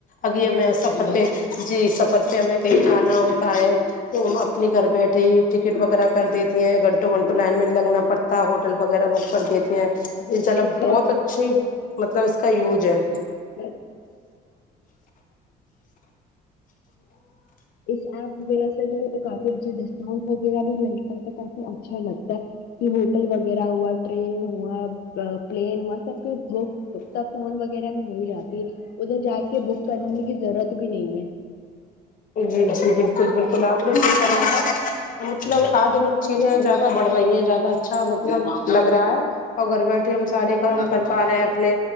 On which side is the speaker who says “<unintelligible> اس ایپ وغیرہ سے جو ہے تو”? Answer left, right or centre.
Left